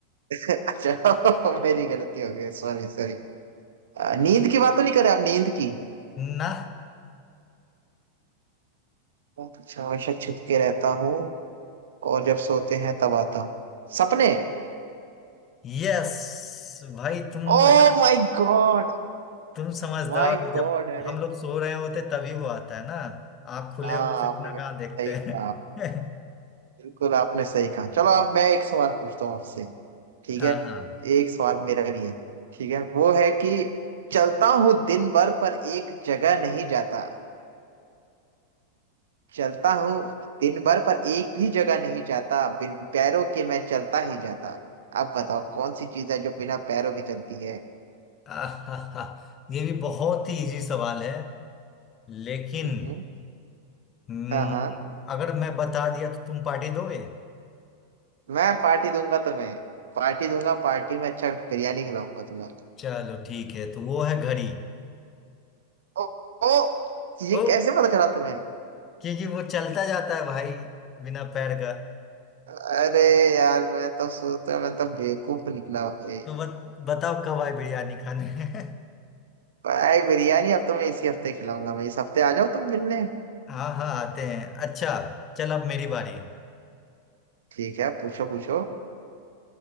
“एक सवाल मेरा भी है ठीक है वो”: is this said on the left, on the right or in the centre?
Right